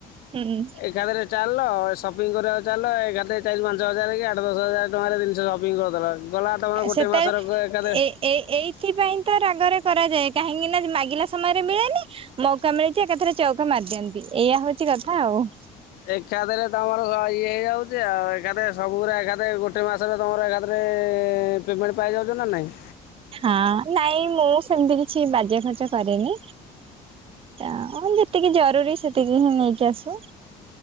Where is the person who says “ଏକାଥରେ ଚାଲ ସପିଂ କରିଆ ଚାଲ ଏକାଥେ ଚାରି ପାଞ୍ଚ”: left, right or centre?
Left